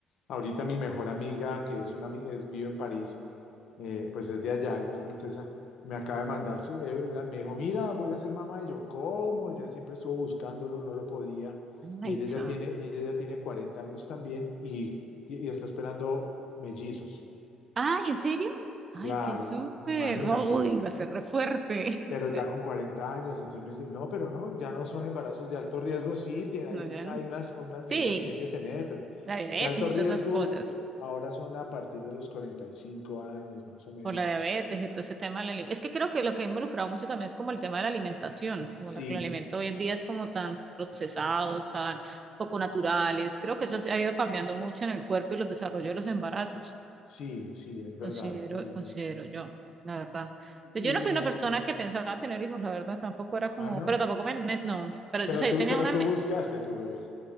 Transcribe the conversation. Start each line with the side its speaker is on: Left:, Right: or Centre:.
Left: Ahorita mi mejor amiga, que es una, ami- es, vive en París, eh, pues es de allá, ella es francesa, me acaba de mandar su, eh, la- me dijo, mira, voy a ser mamá, y yo, ¿cómo? Ella siempre estuvo buscándolo, no lo podía, y
Right: ay,
Left: ella
Right: cha.
Left: ya tiene, y ella ya tiene 40 años también, y, y está esperando mellizos,
Right: Ay, ¿en serio? Ay,
Left: claro,
Right: qué súper.
Left: imagínate,
Right: Uy, va a ser re fuerte. <laughs>
Left: pero ya con 40 años, entonces me dice, no, pero no, ya no son embarazos de alto riesgo, sí, tiene- hay,
Right: No, ya no.
Left: hay unas, unas
Right: Sí,
Left: medidas que hay que tener, pero
Right: la diabetes
Left: de alto
Right: y
Left: riesgo
Right: todas esas cosas.
Left: ahora son a partir de los 45 años, más o menos.
Right: por la diabetes y todo ese tema de la ali- Es que creo que lo que ha involucrado mucho también es como el tema de la alimentación, como
Left: Sí,
Right: la, que el alimento hoy en día es como tan procesados tan poco naturales. Creo que eso se ha ido cambiando mucho en el cuerpo y los desarrollos de los embarazos,
Left: Sí, sí, es verdad.
Right: considero,
Left: Y,
Right: considero yo, la verdad.
Left: y,
Right: Pues Yo no fui una persona que pensaba tener hijos, la verdad, tampoco era como,
Left: ah, no.
Right: pero tampoco me, me- no, pero
Left: Pero
Right: yo, o sea,
Left: tú,
Right: yo tenía
Left: pero
Right: una,
Left: tú buscaste tu bebé.